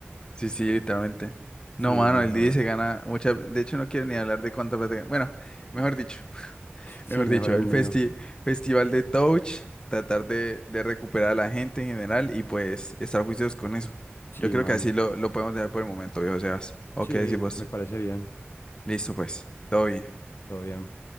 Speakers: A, on the left (about 20°); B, on the left (about 65°).
A: Sí, sí, literalmente.
B: Sí,
A: No, mano,
B: mejor.
A: el DJ se gana mucha. De hecho, no quiero ni hablar de cuánta plata. gana. Bueno, mejor dicho,
B: <laughs>
A: <laughs>
B: Sí,
A: mejor dicho,
B: mejor el
A: el
B: mío.
A: festi- festival de Touch, tratar de, de recuperar a la gente en general y pues estar juiciosos con eso.
B: Sí,
A: Yo creo
B: mano.
A: que así lo, lo podemos dejar por el momento, viejo Sebas. Ok,
B: Sí,
A: decimos,
B: me parece bien.
A: listo, pues, todo bien.
B: Todo bien.